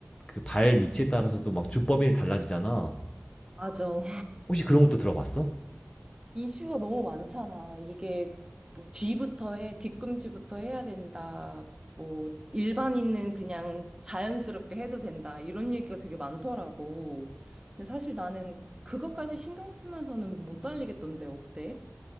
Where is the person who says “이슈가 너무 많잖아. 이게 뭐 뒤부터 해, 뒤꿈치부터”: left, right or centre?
Right